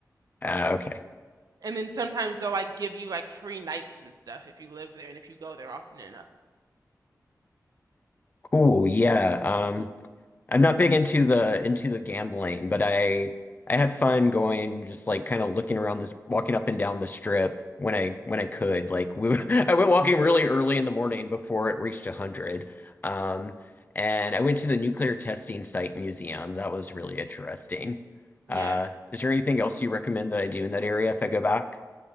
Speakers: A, on the left; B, on the right.
A: Uh, okay.
B: And then sometimes they'll like give you like free nights and stuff if you live there and if you go there often enough.
A: Cool. Yeah. um, I'm not big into the into the gambling, but I I had fun going just like kind of looking around this walking up and down the strip when I when I could. Like we <laughs> I went walking really early in the morning before it reached 100. Um and I went to the Nuclear Testing Site Museum. That was really interesting.
B: Yeah.
A: Uh is there anything else you recommend that I do in that area if I go back?